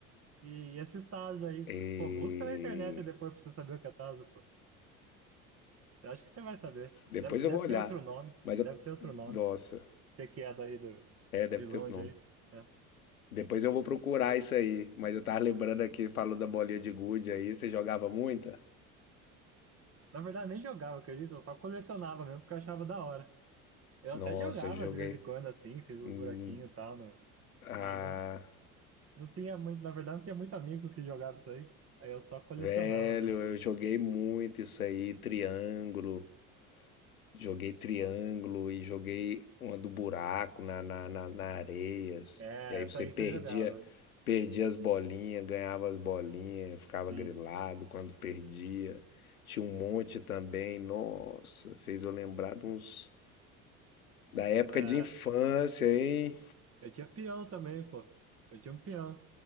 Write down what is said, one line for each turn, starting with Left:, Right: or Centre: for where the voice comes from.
Right: E, e esses tazos aí.
Left: E...
Right: Pô, busca na internet e depois pra você saber o que é tazo, pô. Eu acho que você vai saber.
Left: Depois
Right: Deve,
Left: eu
Right: deve
Left: vou olhar.
Right: ter outro nome.
Left: Mas eu.
Right: Deve ter outro nome.
Left: Nossa.
Right: Você que é daí do
Left: É, deve
Right: de longe
Left: ter outro nome.
Right: aí. né?
Left: Depois eu vou procurar isso aí. Mas eu tava lembrando aqui, falou da bolinha de gude aí. Você jogava muita?
Right: Na verdade, nem jogava, acredito. Eu só colecionava mesmo porque eu achava da hora. Eu
Left: Nossa,
Right: até jogava
Left: eu joguei.
Right: de vez em quando, assim, fiz uns
Left: hum,
Right: buraquinhos e tal, no-
Left: Ah,
Right: mas não, Não tinha muito, na verdade, não tinha muito amigo que jogava isso aí. Aí eu só colecionava
Left: velho,
Right: mesmo.
Left: eu joguei muito isso aí. Triângulo. Joguei triângulo e joguei uma do buraco na, na, na, na areia. assim.
Right: É,
Left: E aí
Right: essa
Left: você
Right: aí
Left: perdia,
Right: que eu jogava.
Left: perdia as bolinhas, ganhava as bolinhas, ficava
Right: Sim.
Left: grilado quando perdia. Tinha um monte também. Nossa, fez eu lembrar de uns. Da
Right: Essas-
Left: época
Right: é,
Left: de infância, hein?
Right: eu tinha peão também, pô. Eu tinha um peão.